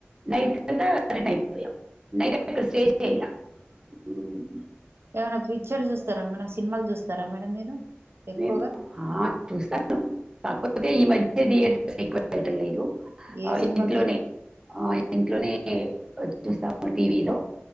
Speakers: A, on the right; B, on the right.
A: నైట్కి అంతా రిటర్న్ అయిపోయాము నైట్ అక్కడ స్టే చేయలే ఉమ్
B: ఏమైనా పిక్చర్ చూస్తారా మేడం సినిమాలు చూస్తారా మేడం మీరు ఎక్కువగా
A: నేను ఆ చూస్తాను కాకపోతే ఈ మధ్య థియేటర్స్ ఎక్కువ వెళ్ళటం లేదు
B: ఏ
A: ఆ
B: సినిమాలు
A: ఇంట్లోనే
B: చూ
A: ఆ ఇంట్లోనే చూస్తాము టీవీలో